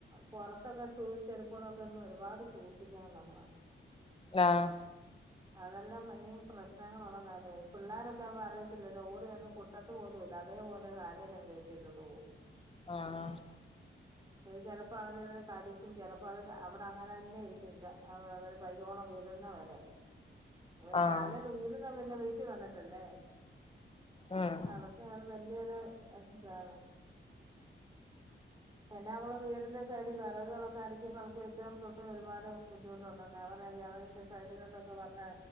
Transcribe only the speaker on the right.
പുറത്തൊക്കെ ഷൂയും ചെരുപ്പുകളും ഒക്കെ ഇന്ന് ഒരുപാട് സൂക്ഷിക്കണം നമ്മള്
അതെല്ലാം മഴേം പ്രശ്നങ്ങളുള്ള കാര്യാ പിള്ളേരൊക്കെ ആവുമ്പോ അറിയത്തില്ലല്ലോ ഓടിവന്ന് കൂട്ടത്ത് പോലും ഇല്ല അതേപോലെ കാലല്ലാം കയറ്റിയിട്ടുട്ടോണ്ട് പോകും
<inaudible> അത് ചലപ്പോ അവിടെ കടിക്കും ചിലപ്പോ അത് അവിടെ അങ്ങനന്നേ ഇരിക്കും ചെ വൈകോളം വരുന്നവരെ അവനെ
കാല തൂരന്നവരുന്നേ പിന്നെ വീട്ടിൽ വന്നിട്ടല്ലേ
അത് വല്യൊരു <unintelligible> പിന്നെ നമ്മള് വീടിന്റെ സൈഡിൽ വിറകുകുകളൊക്കെ അടുക്കി പറക്കി വെച്ചവർക്കൊക്കെ ഒരുപാട് ബുദ്ധിമുട്ടുണ്ടോ ഞാൻ പറയാ വിറകിന്റെ സൈഡുകളിലൊക്കെ വന്നാ